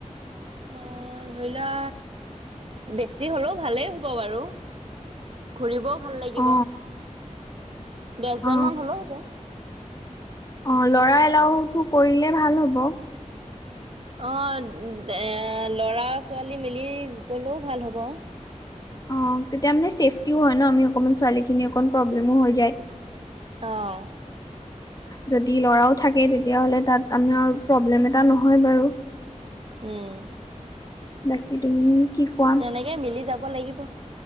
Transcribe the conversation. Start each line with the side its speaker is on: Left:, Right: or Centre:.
Right: অ', ধৰি লোৱা, বেছি হলেও ভালেই হ'ব বাৰু, ঘুৰিব ভাল লাগিব।
Left: অ
Right: দশ হাজাৰ
Left: অ
Right: মান হ'লেও হ'ব।
Left: অ', ল'ৰা এলাও কৰিলেটো ভাল হ'ব।
Right: অ', এ ল'ৰা ছোৱালী মিলি গলেও ভাল হ'ব।
Left: অ', তেতিয়া মানে ছেফটিও হয় ন' আমি অকমান ছোৱালীখিনি অকণ প্ৰব্লেমো হৈ যায়।
Right: অ',
Left: যদি ল'ৰাও থাকে তেতিয়াাহলে তাত আমাৰ, প্ৰব্লেম এটা নহয় বাৰু।
Right: উম,
Left: বাকী তুমি কি কোৱা
Right: তেনেকে মিলি যাব ব লাগিব।